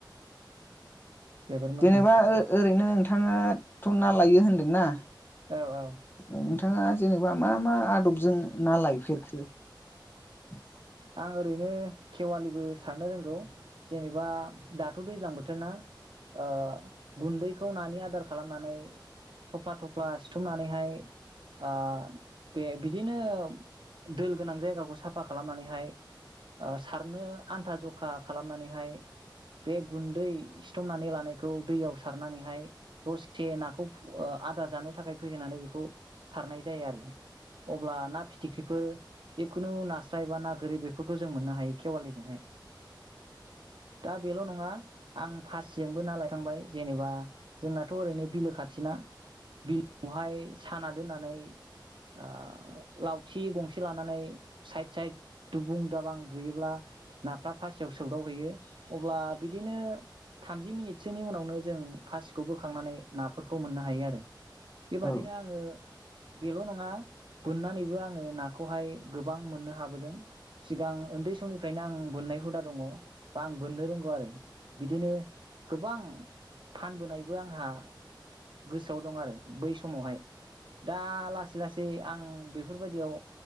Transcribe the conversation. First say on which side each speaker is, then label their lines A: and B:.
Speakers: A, on the right; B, on the left.
A: जोबोर मोजां
B: जेनेबा ओ-ओरैनो नोंथाङाथ' ना लायो होनदोंना।
A: औ औ।
B: औ नोंथाङा जेनेबा मा मा आदबजों ना लायफेरखो। <inaudible>
A: आं ओरैनो खेवालिबो सारनो रोंगौ। जेनेबा दाथ' दैज्लां बोथोरना। ओ गुन्दैखौ नानि आदार खालामनानै थफ्ला थफ्ला सिथुमनानैहाय ओ बे बिदिनो दोल गोनां जायगाखौ साफा खालामनानैहाय ओ सारनो आन्था जखा खालामनानैहाय बे गुन्दै सिथमनानै लानायखौ दैयाव सारनानैहाय दसे नाखौ ओ आदार जानो थाखाय फैहोननानै बेखौ सारनाय जायो आरो। अब्ला ना फिथिख्रिफोर जिखुनु ना स्राय बा ना गोरि बेफोरखौ जों मोननो हायो खेवालिजोंहाय। दा बेल' नङा आं फासिजोंबो ना लायखांबाय जेनेबा जोंनाथ' ओरैनो बिलो खाथिना बिलोआवहाय साना दोननानै ओ लावथि गंसे लानानै साइद साइद दुबुं दाबां बुयोब्ला नाफ्रा फासियाव सौदावहैयो अब्ला बिदिनो थामजि मिनिटसोनि उनावनो जों फासिखौ बोखांनानै नाफोरखौ हायो आरो। बेबादिनो
B: औ
A: आङो बेल' नङा बोननानैबो आङो नाखौहाय गो बां मोननो हाबोदों। सिगां उन्दै समनिफ्रायनो आं बोननाय हुदा दङ बा आं बोननो रोंगौ आरो। बिदिनो गोबां फानबोनायबो आंहा गोसोआव दं आरो बै समावहाय। दा लासै लासै आं बेफोरबायदियाव